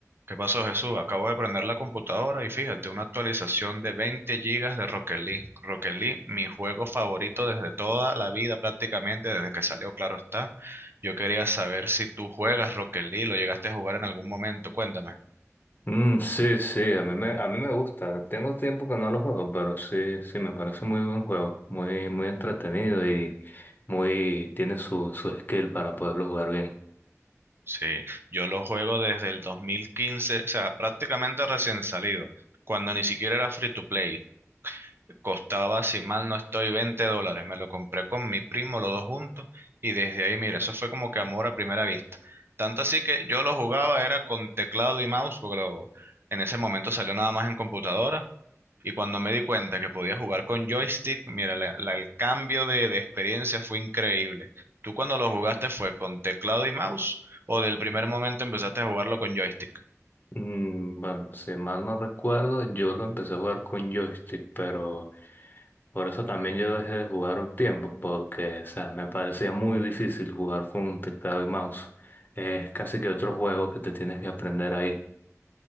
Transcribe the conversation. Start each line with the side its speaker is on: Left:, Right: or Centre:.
Right: ¿Qué pasó, Jesús? Acabo de prender la computadora y fíjate, una actualización de 20 gigas de Rocket League. Rocket League, mi juego favorito desde toda la vida, prácticamente desde que salió, claro está. Yo quería saber si tú juegas Rocket League, lo llegaste a jugar en algún momento, cuéntame.
Left: Mm, sí, sí, a mí me, a mí me gusta. Tengo tiempo que no lo juego, pero sí, sí, me parece muy buen juego. Muy, muy entretenido y muy, tiene su, su skill para poderlo jugar bien.
Right: Sí, yo lo juego desde el 2015, o sea, prácticamente recién salido, cuando ni siquiera era free to play. Costaba, si mal no estoy, 20 dólares. Me lo compré con mi primo, los dos juntos, y desde ahí, mira, eso fue como que amor a primera vista. Tanto así que yo lo jugaba, era con teclado y mouse, porque lo- en ese momento salió nada más en computadora. Y cuando me di cuenta que podía jugar con joystick, mira, la- la- el cambio de, de experiencia fue increíble. ¿Tú cuando lo jugaste fue con teclado y mouse o del primer momento empezaste a jugarlo con joystick?
Left: Mm, bueno, si mal no recuerdo, yo lo empecé a jugar con joystick, pero por eso también yo dejé de jugar un tiempo, porque, o sea, me parecía muy difícil jugar con teclado y mouse. Es casi que otro juego que te tienes que aprender ahí.